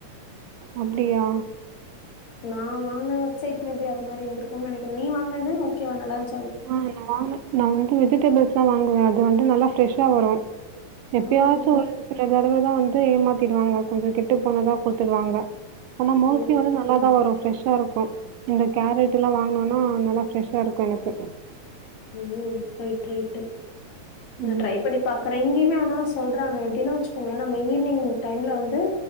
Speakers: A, on the right; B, on the left.
A: அப்டியா
B: நா வாங்குன வெப்சைட் மேபி அது மாரி இருந்துருக்கும்ன்னு நெனைக்கறே நீ வாங்கனது ஓகேவா நால்லாஞ்
A: ஆ நா வாங்குன நா வந்து வெஜிடபிள்ஸ்ல்லா வாங்குவே அது வந்து நல்லா ப்ரெஷ்ஷா வரு எப்பயாச்சு
B: ம், ம்.
A: ஒரு சில தடவதா வந்து ஏமாத்திடுவாங்க கொஞ்சோ கெட்டு போனதா குடுத்துடுவாங்க ஆன மோஸ்ட்லி
B: ஓ!
A: வந்து நல்லாதா வரும் ஃப்ரஷ் ஷா இருக்கு இந்த கேரட்ல்லா வாங்கினோனா நல்லா ப்ரெஷ்ஷா இருக்கு எனக்கு
B: ஓ ரைட் ரைட்டு நா
A: ம்.
B: ட்ரை பண்ணி பாக்குறே இங்கியு உண்மையானா சொல்றாங்க எப்டின்னா வச்சுக்கோங்களே நம்ம ஈவ்னிங் டைம்ல வந்து